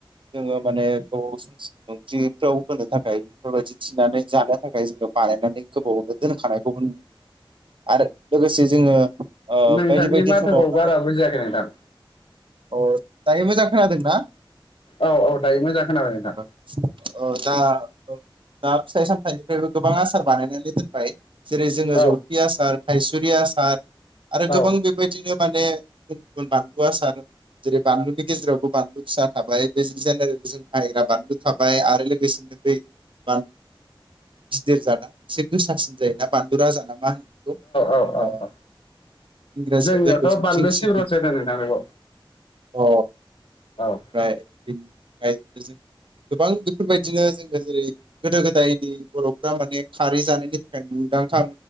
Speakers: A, on the right; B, on the left.
A: जोङो माने गोबाव सम ओंख्रिफ्राव होनो थाखाय बेफोरबायदि थिनानै जानो थाखाय जोङो बानायनानै गोबावनो दोनखानायखौबो आरो लोगोसे जोङो बायदि
B: नोंथांनि
A: बायदि
B: माथोखौ
A: समाव माने
B: बारा बुजियाखै नोंथां
A: अ दायो मोजां खोनादोंना
B: औ औ दायो मोजां खोनाबाय नोंथां
A: औ दा दा फिथाइ सामथाइनिफ्रायबो गोबां आसार बानायनानै दोनबाय जेरै जोङो
B: औ
A: जलफि आसार थायसुरि आसार आरो
B: औ
A: गोबां बे बेबायदिनो माने गुब गुबुन बानलु आसार जेरै बानलुनि गेजेरावबो बानलु फिसा थाबाय बे जेनेरेल जों बाहायग्रा बानलु थाबाय आरो लोगोसेनो बा गिदिर जादा एसे गोसासिन जायना बानलु राजा ना मा होनो बेखौ
B: औ औ औ
A: इंराजियाव
B: जोंनियावथ'
A: जायखौ जों
B: बानलु
A: किं
B: सिब्र'सो
A: सिलि
B: होनो नोंथां बेखौ
A: अ
B: औ
A: <unintelligible> गोबां बेफोरबायदिनो जोङो जेरै गोदो गोदायनि बर'फ्रा माने खारै जानायनि थाखाय मुंदांखा